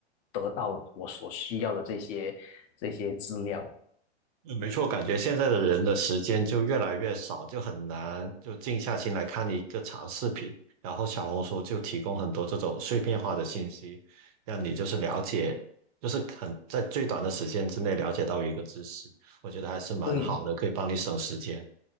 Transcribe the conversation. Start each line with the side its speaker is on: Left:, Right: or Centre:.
Left: 得到我所需要的这些这些资料。
Right: 嗯没错，感觉现在的人的时间就越来越少，就很难就静下心来看一个长视频。然后小红书就提供很多这种碎片化的信息，让你就是了解，就是很在最短的时间之内了解到一个知识，我觉得还是蛮好的，
Left: 对，
Right: 可以帮你省时间。